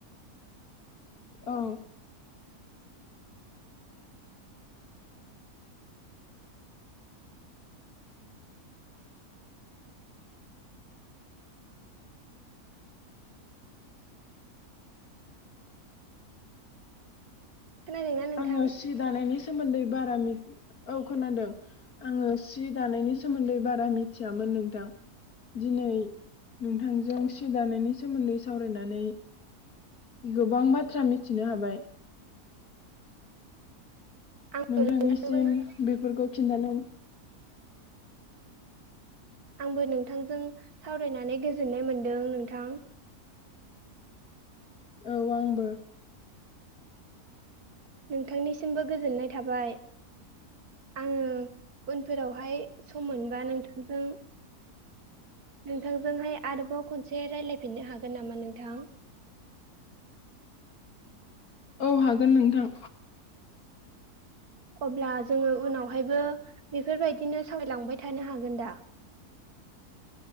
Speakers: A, on the left; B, on the right.
A: औ।
B: खोनादोंना नोंथां
A: आङो सि दानायनि सोमोन्दै बारा मि औ खोनादों। आङो सि दानायनि सोमोन्दै बारा मिथियामोन नोंथां दिनै नोंथांजों सि दानायनि सोमोन्दै सावरायनानै गोबां बाथ्रा मिथिनो हाबाय।
B: आं
A: नोंथांनिसिम
B: नोंथांजोंहाय
A: बेफोरखौ खिन्थानो
B: आंबो नोंथांजों सावरायनानै गोजोननाय मोनदों नोंथां।
A: औ आंबो।
B: नोंथांनिसिमबो गोजोननाय थाबाय। आङो उन फोरावहाय सम मोनबा नोंथांजों नोंथांजोंहाय आरोबाव खनसे रायलायफिनो हागोन नामा नों थां?
A: औ हागोन नोंथां।
B: अब्ला जोङो उनावहायबो बेफोरबायदिनो सावरायलांबाय थानो हागोन दा?